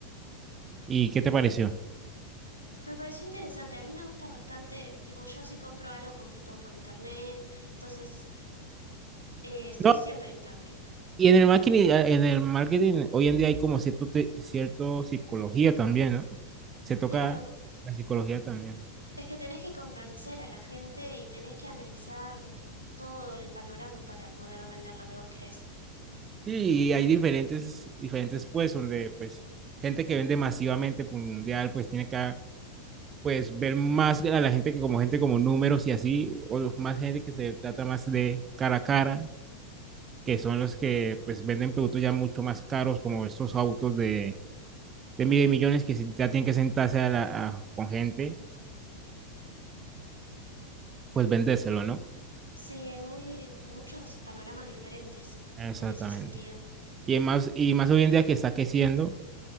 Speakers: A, on the right (about 25°); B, on the right (about 85°).
A: ¿Y qué te pareció?
B: Me pareció interesante, a mí me gusta bastante, tipo yo si compro algo, compro todo por internet, entonces eh, estoy
A: No,
B: siempre en internet.
A: y en el marketing, eh, en el marketing hoy en día hay como cierto, te- cierto psicología también, ¿no? Se toca
B: Claro,
A: la psicología también.
B: es que tenés que convencer a la gente y tenés que analizar todo el panorama para poder vender lo que vos querés.
A: Sí, y hay diferentes, diferentes pues, donde pues gente que vende masivamente por mundial, pues tiene que pues ver más a la gente que como gente como números y así, o los más gente que se trata más de cara a cara, que son los que pues venden productos ya mucho más caros, como estos autos de, de mil millones que se- ya tienen que sentarse a la- a- con gente pues vendéselo, ¿no?
B: Sí, hay muy muchos panoramas diferentes
A: Exactamente.
B: en ese sentido.
A: Y más, y más hoy en día que está creciendo,